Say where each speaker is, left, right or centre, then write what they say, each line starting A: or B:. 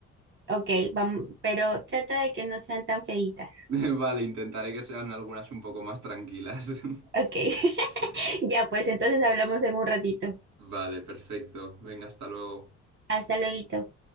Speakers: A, on the right; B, on the right.
A: Ok, vamos, pero trata de que no sean tan feitas.
B: <laughs> Vale, intentaré que sean algunas un poco más tranquilas. <laughs>
A: Ok, <laughs> ya pues entonces hablamos en un ratito.
B: Vale, perfecto. Venga, hasta luego.
A: Hasta luego.